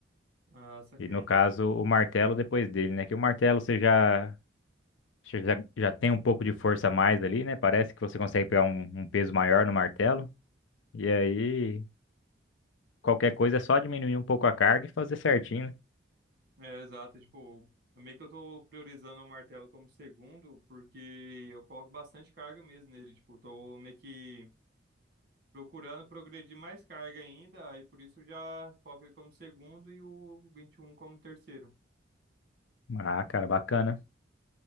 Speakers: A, on the right (about 55°); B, on the left (about 85°).
A: Ah, saquei.
B: E no caso, o martelo depois dele, né? Que o martelo você já, você já, já tem um pouco de força a mais ali, né? Parece que você consegue pegar um, um peso maior no martelo. E aí, qualquer coisa é só diminuir um pouco a carga e fazer certinho,
A: É, exato. é, Tipo, é meio que eu tô priorizando o martelo como segundo, porque eu coloco bastante carga mesmo nele. Tipo, eu tô meio que procurando progredir mais carga ainda, aí por isso já coloco ele como segundo e o 21 como terceiro.
B: né? Ah, cara, bacana.